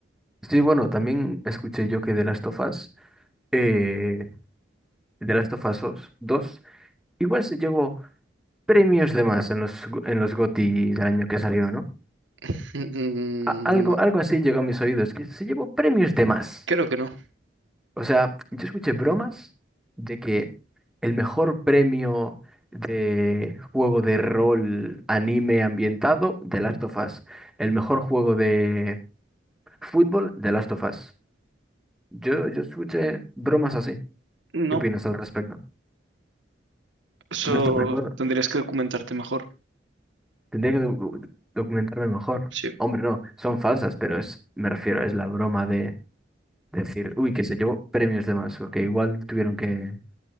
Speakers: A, in the centre; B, on the right.
A: Sí, bueno, también escuché yo que de las of Us, eh, The Last of Us igual se llevó premios de más en los, en los GOTY del año que salió, ¿no?
B: <laughs> Mm,
A: A- algo,
B: No,
A: algo así llegó a mis oídos, que se llevó premios de más.
B: creo que no.
A: O sea, yo escuché bromas de que el mejor premio de juego de rol anime ambientado, The Last of Us. El mejor juego de fútbol, The Last of Us. Yo, yo escuché bromas así.
B: No,
A: ¿Qué opinas al respecto?
B: eso
A: No estoy de acuerdo.
B: tendrías que documentarte mejor.
A: Tendría que do- documentarme mejor.
B: Sí.
A: Hombre, no, son falsas, pero es, me refiero, es la broma de decir, uy, que se llevó premios de más, o que igual tuvieron que